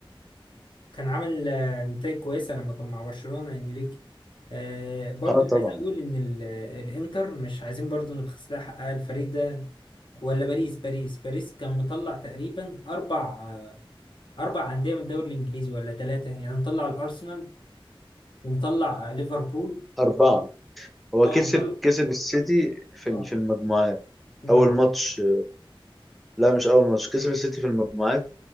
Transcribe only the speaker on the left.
كان عامل آه، نتائج كويسة لما كان مع برشلونة انريكي آه برضه
عايز اقول ان ال- الانتر مش عايزين برضه نبخس لها حقها الفريق ده ولا باريس باريس باريس كان مطلع تقريبا اربع آه، اربع انديه من الدوري الانجليزي ولا ثلاثه يعني مطلع الارسنال ومطلع ليفربول
اه
مطلع
اه
المغرب